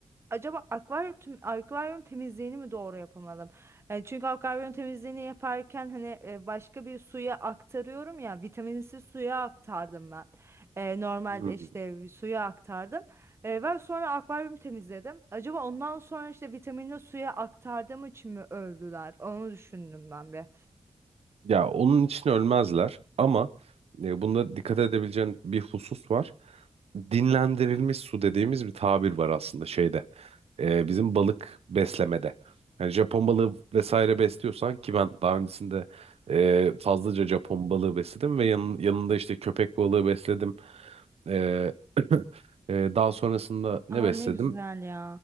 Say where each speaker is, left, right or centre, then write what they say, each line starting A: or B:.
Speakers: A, on the right; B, on the right.
A: acaba akvaryum, tüm- akvaryum temizliğini mi doğru yapamadım? E, çünkü akvaryum temizliğini yaparken hani e, başka bir suya aktarıyorum ya vitaminsiz suya aktardım ben. E, normal
B: Hı.
A: işte suya aktardım. E, ben sonra akvaryum temizledim. Acaba ondan sonra işte vitaminli suya aktardığım için mi övdüler? Onu düşündüm ben bir.
B: Ya onun için ölmezler ama e, bunda dikkat edebileceğin bir husus var. dinlendirilmiş su dediğimiz bir tabir var aslında şeyde. Ee, bizim balık beslemede. Yani Japon balığı vesaire besliyorsan ki ben daha öncesinde e, fazlaca Japon balığı besledim ve yanın, yanında işte köpek balığı besledim. Ee, <laughs> e, <coughs> daha sonrasında ne
A: Aa
B: besledim?
A: ne güzel ya.